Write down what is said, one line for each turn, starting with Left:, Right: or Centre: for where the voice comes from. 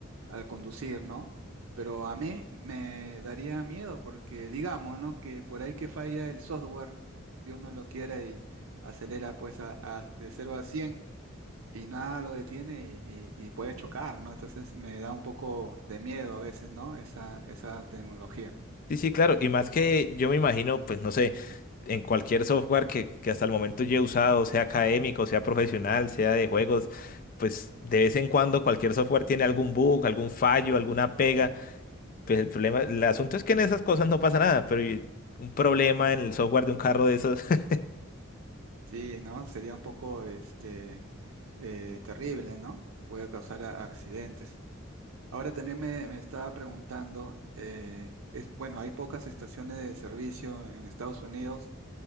Right: al conducir, ¿no? Pero a mí me daría miedo porque digamos, ¿no? Que por ahí que falla el software, Dios no lo quiera y acelera pues a, a- de cero a 100 y nada lo detiene y, y- y puede chocar, ¿no? Entonces me da un poco de miedo a veces, ¿no? Esa, esa tecnología.
Left: Sí, sí, claro. Y más que yo me imagino, pues no sé, en cualquier software que, que hasta el momento yo he usado, sea académico, sea profesional, sea de juegos, pues de vez en cuando cualquier software tiene algún bug, algún fallo, alguna pega. Pues el problema, el asunto es que en esas cosas no pasa nada, pero y un problema en el software de un carro de esos. <laughs>
Right: Sí, ¿no? Sería un poco este, eh, terrible, ¿no? Puede causar a- accidentes. Ahora también me, me estaba preguntando, eh, es, bueno, hay pocas estaciones de servicio en Estados Unidos